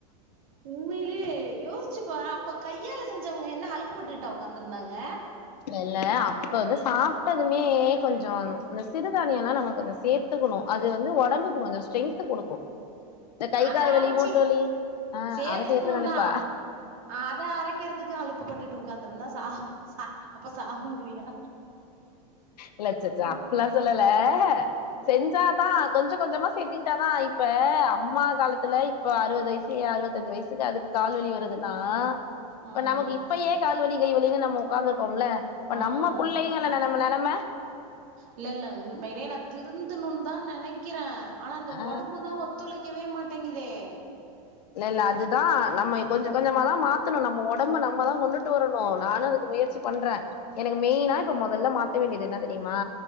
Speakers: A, on the right; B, on the left.
A: உண்மையிலே யோசிச்சு போ அப்ப கையால செஞ்சவங்க என்ன அலப்புப்பட்டுக்கிட்டா உக்காந்துருந்தாங்க
B: வெள்ள அப்ப வந்து சாப்ட்டதுமே கொஞ்சம் சிறுதானியெல்லா நம கொஞ்சம் சேத் துக்கணு அது வந்து வொடம்புக்கு கொஞ்சம் ஸ்ட்ரென்த்து குடுக்கும் இந்த கை
A: அத
B: காால் வலி
A: அரச்சி
B: மூட்டு வலி ஆ
A: சேத்துக்கணுந்தா
B: அதசேத்து கழிப்பா
A: அத அரைக் கிறதுக்கு அலப்புப்பட்டுகுட்டு உக்காந்துருந்தா சா அப்ப சாவுங்கிறியா
B: இல்லச்சச்ச
A: என்ன
B: அப்பல்லா சொல்லல செஞ்சாதா கொஞ்ச கொஞ்சமா சேத்துக்கிட்டாதா இப்ப அம்மா காலத்துல இப்ப அறுவது வயசு ஏ அறுவத்தஞ்சு வயசுக்கு அது கால்வலி வருதுன்னா
A: ம்
B: இப்ப நமக்கு இப்பையே கால்வலி கை வலின்னு நம்ம உக்காந்துருக்கோமுல இப்ப
A: ஆமா
B: நம்ம புள்ளைங்கல நம்ம நெலம
A: இல்லல்ல உண்மையிலே நா திருந்தணுன்னு தா நெனைக்கிறே ஆனா அந்த
B: ஆ
A: வொடம்பு தா ஒத்துழைக்கவே மாட்டங்கிதே
B: இல்லல்ல அதுதா நம்ம கொஞ்சகொஞ்சமா தா மாத்தணு நம்ம வொடம்ப நம்ம தா கொண்டுட்டு வரணு நானு அதுக்கு முயற்ச் சி பண்றே எனக்கு மெயினா இப்ப மொதல்ல மாத்த வேண்டியது என்ன தெரியுமா